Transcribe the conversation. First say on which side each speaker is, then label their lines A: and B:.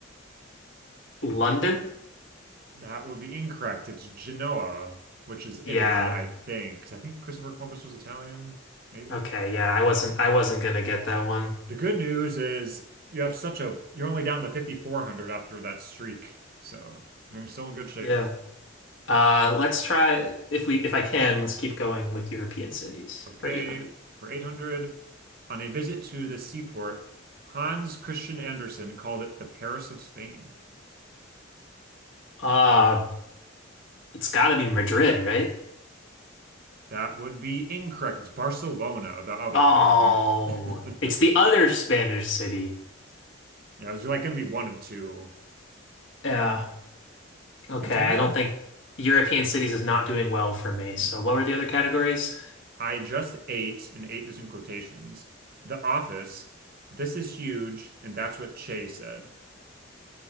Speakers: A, on the left; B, on the right.
A: London?
B: Uh, that would be incorrect. It's Genoa, which is Italy,
A: Yeah.
B: I think. 'Cause I think Christopher Columbus was Italian, maybe.
A: Okay, yeah, I wasn't I wasn't gonna get that one.
B: The good news is you have such a, you're only down to 5,400 after that streak. So you're still in good shape.
A: Yeah. Uh, let's try if we if I can, let's keep going with European cities
B: Okay,
A: for 800.
B: for 800, on a visit to the seaport, Hans Christian Andersen called it the Paris of Spain.
A: Uh, it's gotta be Madrid, right?
B: That would be incorrect. It's Barcelona, the other
A: Oh,
B: one. <laughs>
A: it's the other Spanish city.
B: Yeah, it was like going to be one of two.
A: Yeah. Okay,
B: Continue.
A: I don't think European cities is not doing well for
B: <laughs>
A: me. So what were the other categories?
B: I just ate, and ate is in quotations, The Office. This is huge, and that's what Che said.